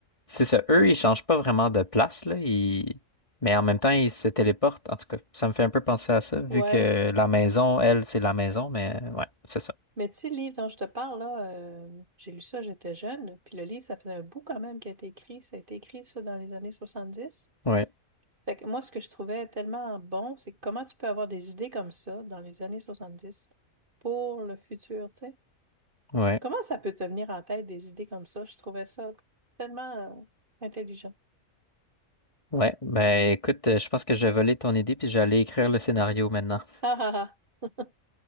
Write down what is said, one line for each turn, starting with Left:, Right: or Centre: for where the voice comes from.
Left: c'est ça, eux, ils changent pas vraiment de place, là, ils- mais en même temps, ils se téléportent. En tout cas, ça me fait un peu penser à ça, vu
Right: ouais.
Left: que la maison, elle, c'est la maison, mais euh, ouais, c'est ça.
Right: Mais tu sais, le livre dont je te parle, là, euh, j'ai lu ça, j'étais jeune, puis le livre, ça faisait un bout quand même qui a été écrit. Ça a été écrit, ça, dans les années soixante-dix
Left: Ouais,
Right: Fait que moi, ce que je trouvais tellement bon, c'est comment tu peux avoir des idées comme ça dans les années 70 pour le futur, tu sais.
Left: ouais,
Right: Comment ça peut te venir en tête des idées comme ça? Je trouvais ça tellement euh, intelligent. <laughs>
Left: ouais. Ben écoute, euh, je pense que je vais voler ton idée puis j'allais écrire le scénario maintenant. <laughs>
Right: Ah ah ah!